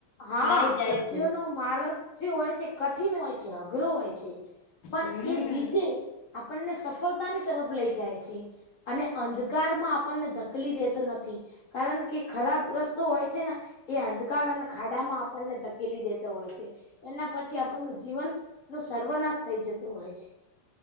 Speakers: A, on the left; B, on the left.
A: હા
B: લાઈ
A: સત્યોનોો
B: જાય છે
A: માર્ગ જે હોય છે કઠિન હોય છે અઘરો હોય છે. પણ
B: હમ
A: એ વિજય આપણને સફળતાની તરફ લઈ જાય છે. અને અંધકારમાં આપણને ધકલી દેતો નથી. કારણ કે ખરાબ રસ્તો હોય છે ને એ અંધકાર અને ખાડામાં આપણને ધકેલી દેતો હોય છે એના પછી આપણનું જીવન નું સર્વનાશ થઈ જતું હોય છે